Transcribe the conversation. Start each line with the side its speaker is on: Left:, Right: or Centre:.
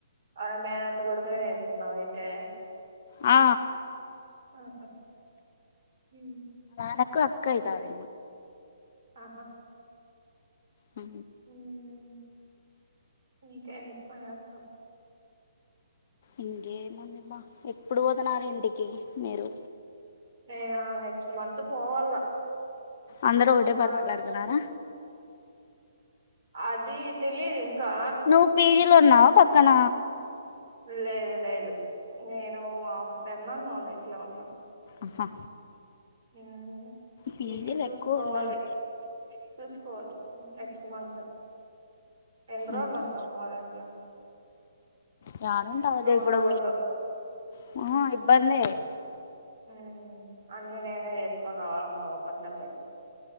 Right: అ మేనత్త కొడుకునే చేస్తున్నావా అయితే
Left: ఆ
Right: ఆహా ఉ
Left: నాకు అక్కయితాది
Right: ఆహా
Left: ఉ
Right: ఉమ్ ఇంకా ఏం సంగతులు
Left: ఇంకేముందిమ్మా ఎప్పుడు పోతున్నారు ఇంటికి మీరు
Right: మేము నెక్స్ట్ మంత్ పోవాల
Left: అందరుూ
Right: మా
Left: ఒకటే
Right: అమ్మ
Left: పరు మాట్లాడుకున్నారా
Right: అది తెలిదు ఇంకా
Left: నువ్వు పీజీలో ఉన్నావా పక్కన
Right: లేదు లేదు నేను మా వస్తన్నా నూ ద ఇంట్లో ఉన్నా
Left: ఆహా
Right: హ్మ్. పీజీ
Left: పీజీలు
Right: చూసుకోవాలి
Left: ఎక్కువ ఉన్నాయి
Right: చూసుకోవాలి నెక్స్ట్ మంత్ ఎన్ని రోజులు
Left: ఉమ్
Right: ఉంటాం వాళంట్లో
Left: రాను ఉంటావుదే ఇప్పుడు
Right: ఉండకూడదు.
Left: పో ఆ ఇబ్బంది
Right: ఉమ్ అన్ని నేనే వేసుకొని రావాల బబ పద్ద్దలు వేసు